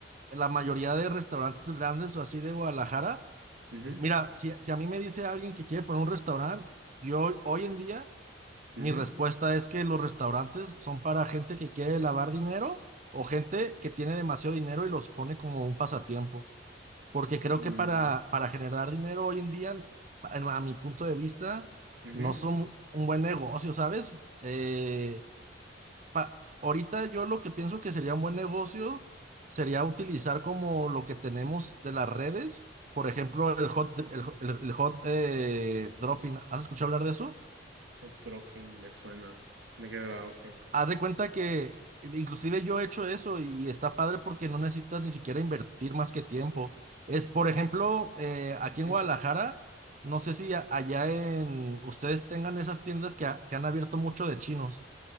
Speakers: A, on the right; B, on the right.
A: la mayoría de restaurantes grandes o así de Guadalajara,
B: Ujú,
A: mira, si, si a mí me dice alguien que quiere poner un restaurante, yo hoy en día,
B: ujú,
A: mi respuesta es que los restaurantes son para gente que quiere lavar dinero o gente que tiene demasiado dinero y los pone como un pasatiempo. Porque creo
B: mm,
A: que para, para generar dinero hoy en día, en- a mi punto de vista,
B: ujú,
A: no son un buen negocio, ¿sabes? Eh, pa- ahorita yo lo que pienso que sería un buen negocio sería utilizar como lo que tenemos de las redes, por ejemplo, el hot,
B: ujú.
A: el, el- el hot, eh, dropping. ¿Has escuchado hablar de eso?
B: O Tropping me suena. ¿De qué va? Ok.
A: Haz de cuenta que inclusive yo he hecho eso y está padre porque no necesitas ni siquiera invertir más que tiempo. Es, por ejemplo, eh, aquí
B: Ujú.
A: en Guadalajara, no sé si a- allá en ustedes tengan esas tiendas que, ha- que han abierto mucho de chinos.